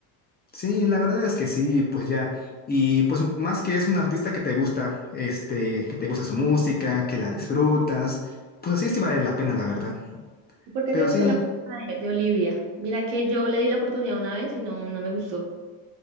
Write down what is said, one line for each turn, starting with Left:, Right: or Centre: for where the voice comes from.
Left: Sí, la verdad es que sí, pues ya. Y pues más que es un artista que te gusta, este, que te gusta su música, que la disfrutas, pues así sí vale la pena, la verdad.
Right: ¿Y ¿Por qué
Left: Pero
Right: te gusta
Left: sí,
Right: la música de, de Olivia? Mira que yo le di la oportunidad una vez y no, no me gustó.